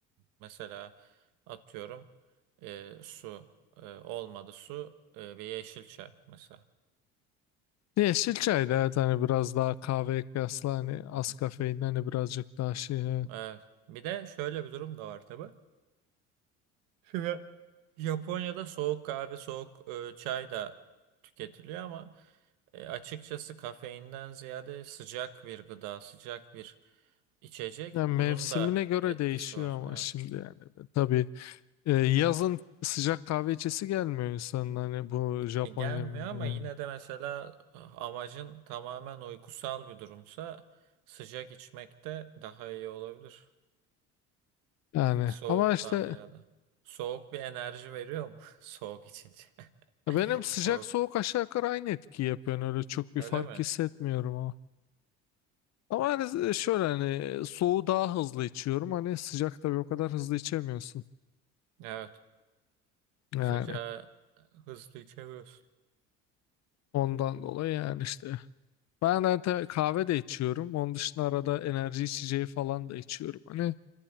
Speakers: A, on the right (about 75°); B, on the left (about 50°).
A: mesela atıyorum e, su e, olmadı su e, bir yeşil çay mesela.
B: yeşil çay da evet hani biraz daha kahveye kıyasla hani az
A: Hı hı.
B: kafein hani birazcık daha şey evet.
A: Evet. Bir de şöyle bir durum da var tabii. Şimdi Japonya'da soğuk kahve, soğuk e, çay da tüketiliyor ama e, açıkçası kafeinden ziyade sıcak bir gıda, sıcak bir içecek
B: Yani
A: bunun
B: mevsimine
A: da
B: göre
A: etkisi
B: değişiyor
A: var.
B: ama
A: Evet.
B: şimdi yani tabii e, yazın sıcak kahve içesi gelmiyor insanın hani bu Japon
A: E, gelmiyor
B: neminde
A: ama
B: yani.
A: yine de mesela e, amacın tamamen uykusal bir durumsa sıcak içmek de daha iyi olabilir.
B: Yani
A: Soğuktan
B: ama işte
A: ziyade. Soğuk bir enerji veriyor mu? <laughs> Soğuk içince.
B: ya benim
A: <laughs>
B: sıcak
A: Soğuk.
B: soğuk aşağı yukarı aynı etki yapıyor. Yani Öyle çok bir
A: Öyle
B: fark
A: mi?
B: hissetmiyorum ama. Ama hani şöyle hani soğuğu daha hızlı içiyorum. Hani sıcak tabii o kadar hızlı içemiyorsun.
A: Evet.
B: Yani
A: Sıcağı e, hızlı içemiyorsun.
B: ondan dolayı yani işte. Ben zaten kahve de içiyorum. Onun dışında arada enerji içeceği falan da içiyorum. Hani